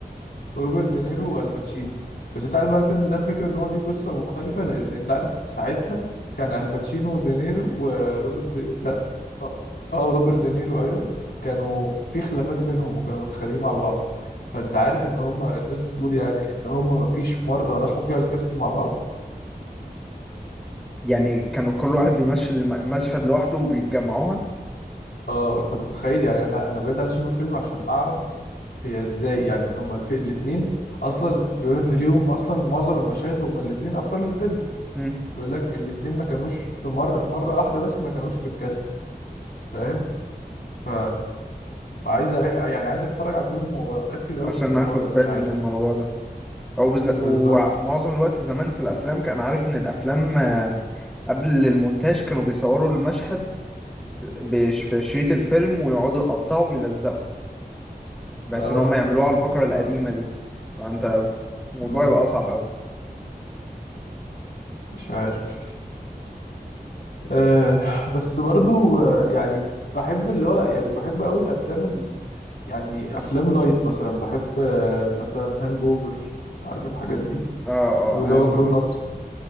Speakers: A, on the left; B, in the centre.
A: روبرت دينيرو والباتشينو بس انت عارف بقى الفيلم ده الفكره ان هو ليه قصه مختلفه لان انت عارف ساعتها كان الباتشينو ودينيرو وروبرت دي... لا اه آه، روبرت دينيرو ايوه كانوا في خلافات بينهم وكانوا متخانقين مع بعض فانت عارف ان هم الناس بتقول يعني ان هم ما فيش مره راحوا فيها الكاست مع بعض
B: يعني كانوا كل واحد بيمثل الم- مشهد لوحده وبيتجمعوها
A: اه انت متخيل يعني انا انا بجد عايز اشوف الفيلم عشان اعرف هي ازاي يعني هم الاثنين اصلا بيقولوا ان ليهم اصلا معظم المشاهد هم الاثنين ابطال الفيلم
B: امم
A: بيقول لك الاتنين ما كانوش في مرة مرة واحدة بس ما كانوش في الكاست فاهم ف... فعايز أرا... يعني عايز اتفرج على الفيلم واركز قوي
B: عشان
A: في الموضوع
B: اخد
A: ده
B: بالي
A: مش عارف
B: من الموضوع ده هو بز...
A: بالظبط
B: ومعظم الوقت زمان في الافلام كان عارف ان الافلام آه، قبل المونتاج كانوا بيصوروا المشهد بش... في شريط الفيلم ويقعدوا يقطعوا ويلزقوا بحيث
A: اه
B: ان هم يعملوها على
A: بالظبط
B: البقرة القديمة
A: آه.
B: دي فانت الموضوع
A: مم.
B: يبقى اصعب اوي
A: مش عارف آه بس برضو آه يعني بحب اللي هو يعني بحب قوي الافلام ال... يعني افلام لايت مثلا بحب آه مثلا هانج اوفر عارف الحاجات دي
B: اه اه
A: واللي
B: عارف
A: هو جرون
B: ال-
A: ابس